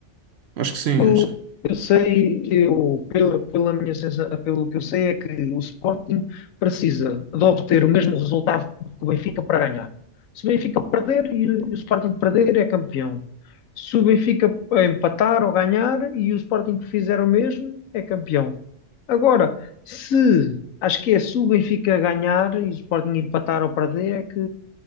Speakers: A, on the right; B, on the left.
A: Ah, acho que sim,
B: Eu,
A: acho que.
B: eu sei, eu, pela, pela minha sensação, pelo que eu sei, é que o Sporting precisa de obter o mesmo resultado que o Benfica para ganhar. Se o Benfica perder e o Sporting perder, é campeão. Se o Benfica empatar ou ganhar e o Sporting fizer o mesmo, é campeão. Agora, se acho que é se o Benfica ganhar e o Sporting empatar ou perder, é que